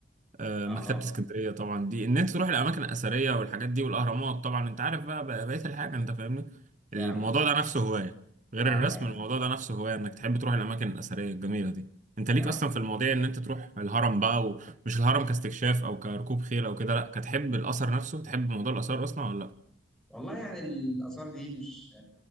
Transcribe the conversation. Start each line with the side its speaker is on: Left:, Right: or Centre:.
Right: آه،
Centre: اه
Right: مكتبة
Centre: آه.
Right: اسكندرية طبعا دي ان انت تروح الاماكن الاثرية والحاجات دي والاهرامات طبعا انت عارف بقى بقى بقية الحاجة انت فاهمني
Centre: فعلا
Right: الموضوع
Centre: فعلا
Right: ده نفسه هواية غير
Centre: اه
Right: الرسم
Centre: فعلا
Right: الموضوع ده نفسه هواية انك تحب تروح الاماكن الاثرية الجميلة دي انت
Centre: فعلا
Right: ليك اصلا في المواضيع ان انت تروح الهرم بقى ومش الهرم كاستكشاف او كركوب خيل او كده لا كتحب الاثر نفسه تحب موضوع الاثار اصلا ولا لا
Centre: والله يعني الاثار دي مش